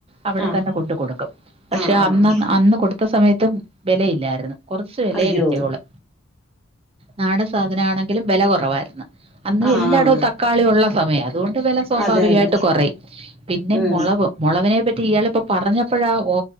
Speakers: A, on the right; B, in the centre.
A: അവിടെ
B: ആഹ്
A: തന്നെ കൊണ്ട് കൊടുക്കും പക്ഷെ
B: ആഹ് ആഹ്
A: അന്ന്
B: ആഹ്
A: അന്ന് കൊടുത്ത സമയത്തും വെലയില്ലാരുന്ന് കൊറച്ച് വെലേ
B: അയ്യോ
A: കിട്ടിയോള് നാടൻ സാധനആണെങ്കിലും വെലകൊ റവാര്ന്ന് അന്ന്
B: ആഹ്
A: എല്ലാടവും തക്കാളി ഒള്ള സമയാ അതോണ്ട് വെല സോഭാവികായിട്ട്
B: അതെ അതെ
A: കൊറയും പിന്നെ-
B: ഉം
A: മൊളകിനെ പറ്റി ഇയാളിപ്പൊ പറഞ്ഞപ്പഴാ ഓ